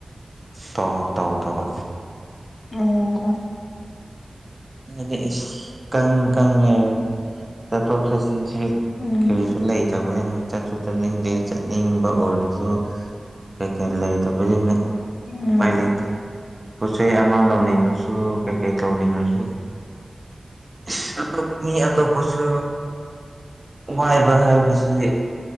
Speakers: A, on the right; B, on the left.
A: ꯇ ꯇꯧꯗꯕ
B: ꯑ
A: ꯗꯤ ꯀꯪ ꯀꯪ ꯂꯩꯔꯦ ꯆꯠꯊꯣꯛ ꯆꯠꯁꯤꯟꯁꯤ
B: ꯎꯝ ꯎꯝ
A: ꯀꯩꯔꯤꯁꯨ ꯂꯩꯇꯕꯅ ꯆꯠꯁꯨ ꯆꯠꯅꯤꯡꯗꯦ ꯆꯠꯅꯤꯡꯕ ꯑꯣꯏꯔꯁꯨ ꯀꯩꯀꯩ ꯂꯩꯇꯕꯅꯤꯅ
B: ꯎꯝ꯫
A: ꯎꯄꯥꯏ ꯂꯩꯇꯦ ꯄꯣꯠꯆ ꯆꯩ ꯑꯃ ꯂꯧꯅꯤꯡꯉꯁꯨ ꯀꯩꯀꯩ ꯇꯧꯅꯤꯡꯉꯁꯨ꯫ ꯏꯁ ꯑꯇꯣꯞ ꯃꯤ ꯑꯇꯣꯞꯄꯁꯨ ꯋꯥꯏꯕ ꯍꯥꯏꯕꯁꯤ